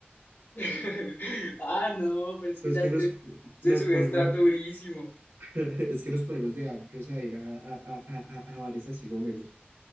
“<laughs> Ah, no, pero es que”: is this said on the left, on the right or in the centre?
Left